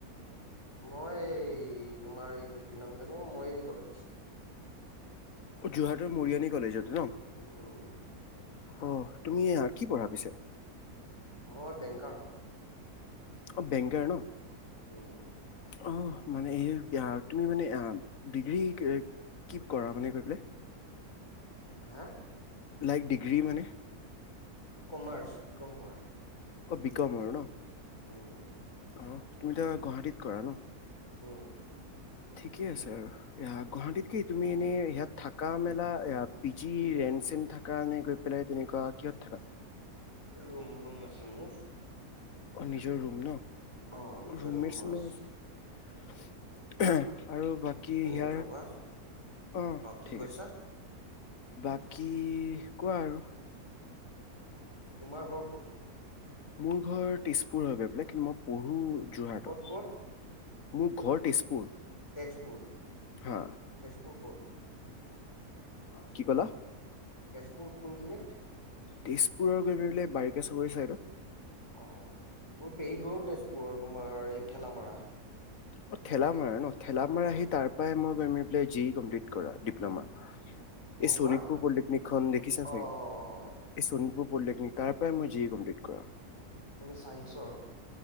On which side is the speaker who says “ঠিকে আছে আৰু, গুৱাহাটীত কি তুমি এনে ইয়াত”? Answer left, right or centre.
Left